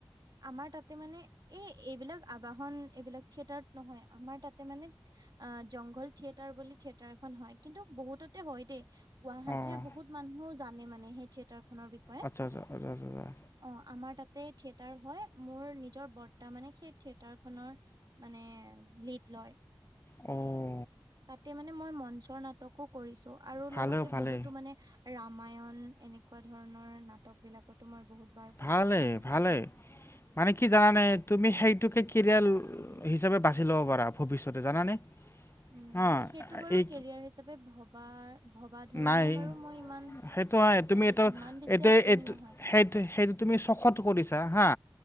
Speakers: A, on the right; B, on the left.
A: আমাৰ তাতে মানে এই এইবিলাক আবাহন এইবিলাক থিয়েটাৰত নহয়, আমাৰ তাতে মানে- অঁ, জংঘল থিয়েটাৰ বুলি থিয়েটাৰ এখন হয় কিন্তু বহুততে হয় দেই। গুৱাহাটীৰ
B: অঁ
A: বহুত মানুহও জানে মানে সেই থিয়েটাৰ খনৰ বিষয়ে।
B: আচ্ছা আচ্ছা আচ্ছা আচ্ছা আচ্ছা।
A: অঁ, আমাৰ তাতে থিয়েটাৰ হয়। মোৰ নিজৰ বৰ্তা মানে সেই থিয়েটাৰ খনৰ- মানে লিদ লয়।
B: অঁ।
A: তাতে মানে মই মঞ্চৰ নাটকো কৰিছো আৰু
B: ভালে
A: লগতে
B: ভালে
A: বহুতো মানে- ৰামায়ন এনেকুৱা ধৰণৰ নাটক বিলাকতো মই বহুত- বাৰ
B: ভালে,
A: মানে
B: ভালে
A: ভাগ হৈছো
B: মানে কি জানানে? তুমি সেইটোকে কেৰিয়াৰ- হিচাপে বাচি ল'ব পাৰা ভৱিষ্যতে জানানে?
A: উম,
B: হা
A: সেইটো বাৰু
B: এই
A: কেৰিয়াৰ হিচাপে ভবা- ভবা ধৰণে
B: নাই
A: বাৰু মই ইমান
B: সেইটো হয় তুমি
A: এ
B: এইটো
A: ইমান বেছি
B: এইটো
A: আগ্ৰহী
B: এইটো
A: নহয়। বাৰু।
B: সেইটো- সেইটো তুমি চখত কৰিছা হা।